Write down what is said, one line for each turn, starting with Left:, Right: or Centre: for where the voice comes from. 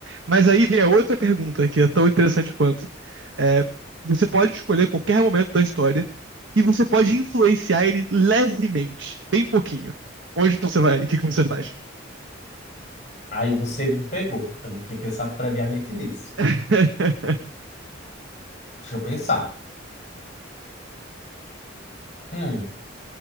Right: Mas aí vem a outra pergunta que é tão interessante quanto. É, você pode escolher qualquer momento da história e você pode influenciar ele levemente, bem pouquinho. Onde que você vai? e O que que você faz?
Left: Aí você me pegou. Eu não tinha pensado previamente nisso.
Right: <laughs>
Left: Deixa eu pensar. Hum.